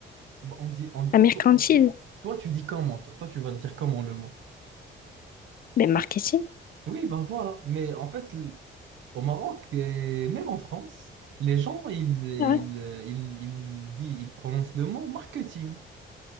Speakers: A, on the right; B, on the left.
A: Bah, On dit, on-
B: La mercantile.
A: to- Toi, tu dis comment? Toi, toi, tu vas le dire comment le mot?
B: Mais marketing?
A: Oui, bah voilà. Mais en fait, l- au Maroc et même en France, les gens, ils, ils,
B: Ah ouais.
A: euh, ils, ils, disent- ils prononcent le mot marketing.